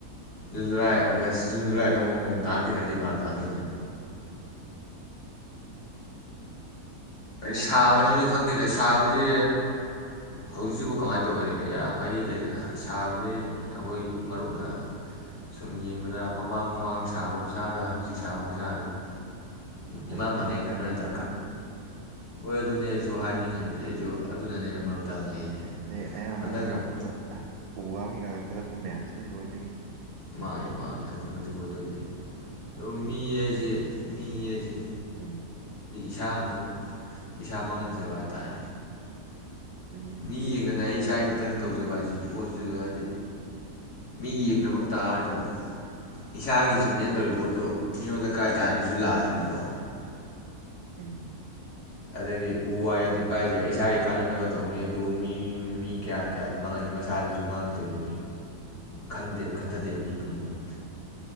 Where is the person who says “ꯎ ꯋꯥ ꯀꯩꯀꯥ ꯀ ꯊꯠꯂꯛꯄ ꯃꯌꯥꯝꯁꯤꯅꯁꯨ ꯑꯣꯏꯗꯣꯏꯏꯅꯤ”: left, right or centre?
Right